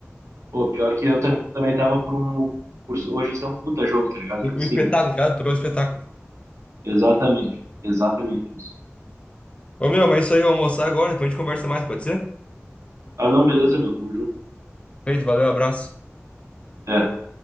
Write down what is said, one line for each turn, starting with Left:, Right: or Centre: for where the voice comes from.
Right: Pô, pior que eu tam- também tava por um. Por hoje ser um puta jogo, tá ligado?
Left: um
Right: Tipo assim,
Left: um espetáculo, tá ligado? Todo um espetáculo.
Right: exatamente. Exatamente isso.
Left: Ô meu, mas é isso aí, eu vou almoçar agora, depois a gente conversa mais, pode ser?
Right: Ah, não, beleza, meu, tamo junto.
Left: Feito, valeu, abraço.
Right: É.